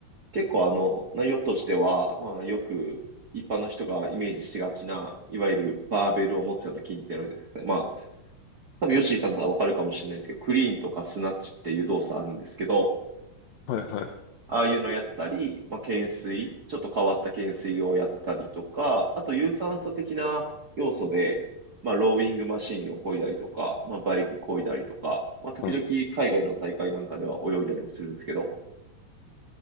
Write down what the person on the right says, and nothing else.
結構あの、内容としては、まあ、よく一般の人がイメージしがちな、いわゆるバーベルを持つような筋ってあるんですね。まあ、多分ヨッシーさんならわかるかもしれないですけど、クリーンとかスナッチっていう動作あるんですけど、
ああいうのやったり、まあ、懸垂、ちょっと変わった懸垂をやったりとか、あと有酸素的な要素で、まあ、ローイングマシーンを漕いだりとか、まあ、バイク漕いだりとか、まあ、時々海外の大会なんかでは泳いだりもするんですけど、